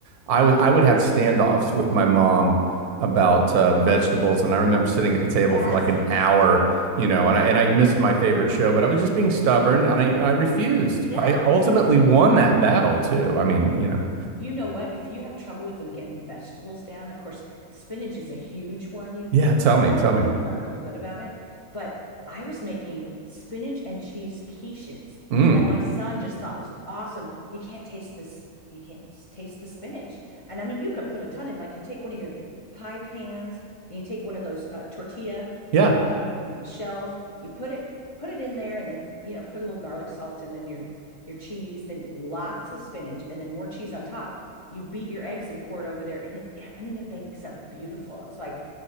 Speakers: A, on the right; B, on the left.
A: I was I would have standoffs with my mom about uh, vegetables, and I remember sitting at the table
B: Yes.
A: for like an hour, you know, and
B: <laughs>
A: I and I missed my favorite show, but I was just being stubborn, and I I refused.
B: Yeah.
A: I ultimately won that battle too. I mean, you know,
B: You know what? If you have trouble with them getting vegetables down, of course, spinach is a huge one, you
A: yeah.
B: know,
A: Tell
B: that
A: me,
B: normally
A: tell me.
B: people aren't really good about it. But I was making spinach and cheese quiches
A: Mm,
B: that my son just thought was awesome. You can't taste this, you can't s- taste the spinach. And I mean, you could put a ton in, like you take one of your pie pans and you take one of those uh, tortilla
A: yeah.
B: uh, shells, you put it, put it in there and then, you know, put a little garlic salt and then your your cheese, then lots of spinach, and then more cheese on top. You beat your eggs and pour it over there. And it, I mean, it bakes up beautiful. It's like